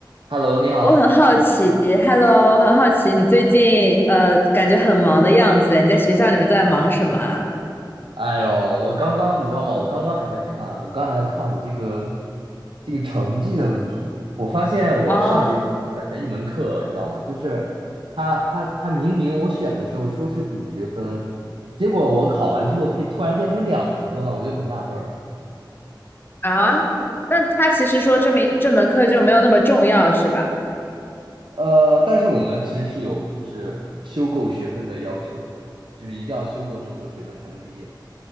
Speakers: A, on the right; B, on the left.
A: Hello，你好。
B: 我很好奇，Hello，我很好奇你最近呃，感觉很忙的样子，你在学校里面都在忙什么啊？
A: 哎呦，我刚刚你知道吗？我刚刚还在看，我刚还在看我这个这个成绩的问题。我发现我上学期选的一门课，
B: 哦，
A: 你知道吗？就是他他他明明我选的时候说是五学分，结果我考完之后变突然变成两学分了，我就很纳闷儿。
B: 啊，那他其实说这门这门课就没有那么重要，是吧？
A: 呃，但是我们其实是有就是修够学分的要求的，就是一定要修够这么多学分才能毕业。